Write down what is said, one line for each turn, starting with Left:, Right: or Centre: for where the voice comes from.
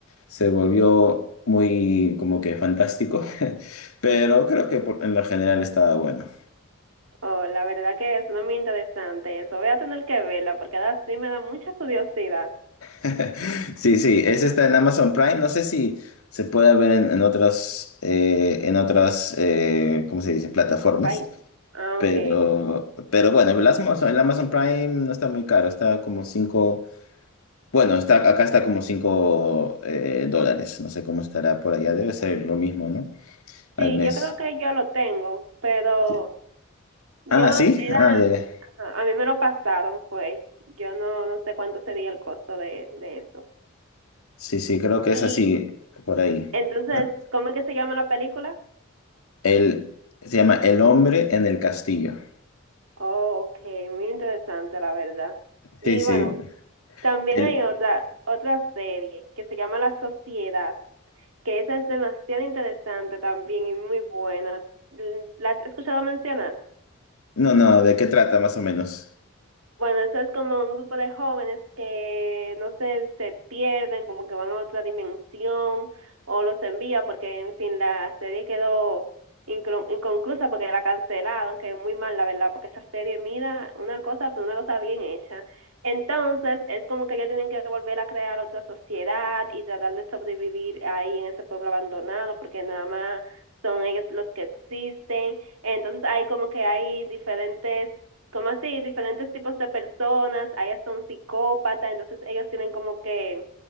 Left: se volvió muy como que fantástico, <laughs> pero creo que por- en lo general estaba bueno.
Right: Oh, la verdad que eso no es muy interesante eso. Voy a tener que verla porque ahora sí me da mucha curiosidad.
Left: <laughs> Sí, sí, ese
Right: <laughs>
Left: está en Amazon Prime, no sé si se puede ver en, en otras, eh, en otras, eh, ¿cómo se dice?, plataformas,
Right: Ay, sí. ah,
Left: pero,
Right: ok.
Left: pero bueno, el Amazon, el Amazon Prime no está muy caro, está como 5 bueno, está, acá está como 5 eh, dólares, no sé cómo estará por allá, debe ser lo mismo, ¿no? Al
Right: Sí,
Left: mes.
Right: yo creo que yo lo tengo, pero
Left: Sí.
Right: yo
Left: Ah,
Right: era,
Left: sí, ah, ya, ya.
Right: ajá, a mí me lo pasaron, fue. Yo no, no sé cuánto sería el costo de, de eso.
Left: Sí, sí, creo que es
Right: Y
Left: así, por ahí.
Right: entonces,
Left: ¿no?
Right: ¿cómo es que se llama la película?
Left: El, se llama El hombre en el castillo.
Right: Oh, ok, muy interesante, la verdad. Y
Left: Sí, sí.
Right: bueno, también
Left: El,
Right: hay otra, otra serie que se llama La Sociedad, que esa es demasiado interesante también y muy buena. ¿La has escuchado mencionar?
Left: no, no, ¿de qué trata más o menos?
Right: Bueno, eso es como un grupo de jóvenes que, no sé, se pierden, como que van a otra dimensión o los envía porque, en fin, la serie quedó inclu- inconclusa porque la cancelaron, que es muy mal, la verdad, porque esa serie, mira, una cosa, pero una cosa bien hecha. Entonces, es como que ellos tienen que volver a crear otra sociedad y tratar de sobrevivir ahí en ese pueblo abandonado porque nada más son ellos los que existen. Entonces, hay como que hay diferentes como así, diferentes tipos de personas, hay hasta un psicópata, entonces ellos tienen como que